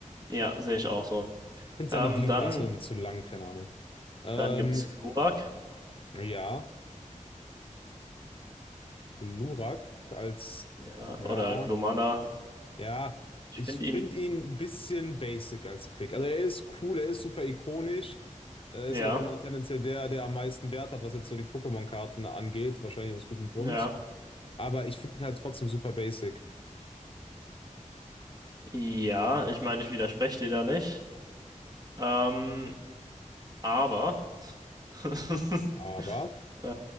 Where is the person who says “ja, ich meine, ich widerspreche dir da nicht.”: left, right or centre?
Right